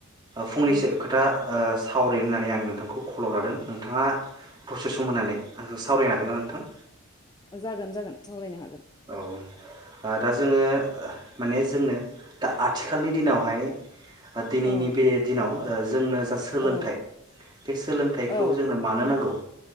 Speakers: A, on the right; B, on the left.
A: फंनैसो
B: उम
A: खोथा ओ थावरायनो होननानै आं नोंथांखौ खलाव लादों नोंथाङा दसे सम होननानै आंजों सावरायनो हागोन ना नोंथां?
B: जागोन जागोन सावरायनो हाग
A: औ ओ दा जोङो माने जोंनो दा आथिखालनि दिनावहाय ओ दिनैनि
B: औ
A: बे दिनाव ओ जोंनो जा सोलोंथाइ
B: औ
A: बे सोलोंथाइखौ
B: औ
A: जोंनो मानो नांगौ?